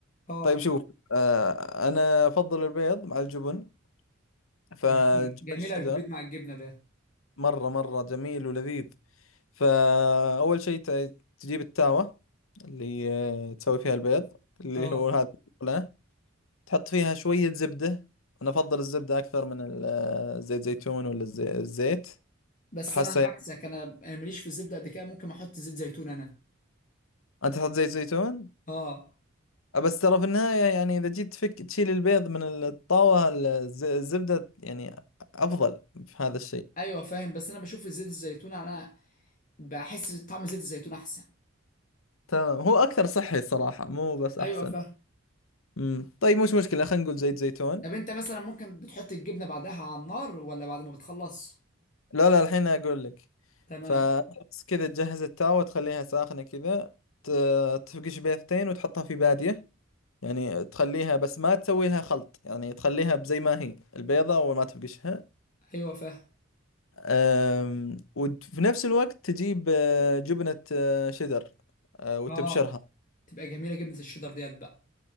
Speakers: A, on the left; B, on the left.
A: اه
B: طيب شوف آه أنا أفضل البيض مع الجبن فجبن
A: جميل جميله
B: الشيدر
A: بالبيض مع الجبنه ده
B: مرة مرة جميل ولذيذ فأول شيء ت- تجيب التاوة اللي آه، تسوي فيها البيض اللي
A: اه
B: هو هذا لا تحط فيها شوية زبدة أنا أفضل الزبدة أكثر من ال- آه، زيت زيتون ولا الزي- الزيت
A: بس
B: أحسه
A: انا عكسك انا انا ماليش في الزبده قد كده ممكن احط زيت زيتون انا
B: أنت تحط زيت زيتون
A: اه
B: آه، بس ترى في النهاية يعني إذا جيت تفك تشيل البيض من الطاوة الز- الزبدة يعني أفضل في هذا الشيء
A: ايوه فاهم بس انا بشوف زيت الزيتون انا بحس طعم زيت الزيتون احسن
B: تمام هو أكثر صحي صراحة مو بس أحسن
A: ايوه فاهم
B: امم طيب مش مشكلة خلينا نقول زيت زيتون
A: طب انت مثلا ممكن بتحط الجبنه بعدها على النار ولا بعد ما بتخلص
B: لا لا الحين أقول لك
A: تمام
B: فبس كذا تجهز التاوة تخليها ساخنة كذا ت- تفقش بيضتين وتحطها في بادية يعني تخليها بس ما تسوي لها خلط يعني تخليها زي ما هي البيضة وما تفقشها
A: ايوه فاهم
B: أم، وفي نفس الوقت تجيب آه، جبنة آه، شيدر آه، وتبشرها
A: اه تبقى جميله جبنه الشيدر ديت بقى